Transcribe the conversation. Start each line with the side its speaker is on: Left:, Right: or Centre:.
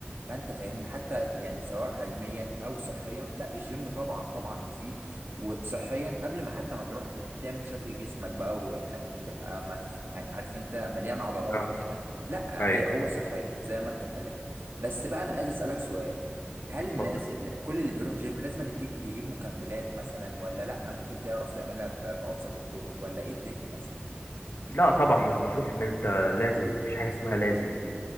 Right: فانت فاهمني حتى يعني سواء علميا او صحيا لا الجيم طبعا طبعا مفيد وصحيا قبل ما حتى ما تروح ت- تعمل شكل جسمك بقى وانك تبقى ما يعني عارف انت مليان عضلات
Left: اه
Right: وكده لا
Left: ايوه
Right: هي هو صحيا زي ما انت اتكلمت بس بقى انا عايز اسالك سؤال هل الناس
Left: اتفضل
Right: اللي كل اللي بيروح جيم لازم أن يجيب يجيب مكملات مثلا ولا لا ممكن تعرف تعملها ب- بابسط الطرق ولا ايه الدنيا مثلا
Left: لا طبعا مش بشوف ان انت لازم مفيش حاجه اسمها لازم دي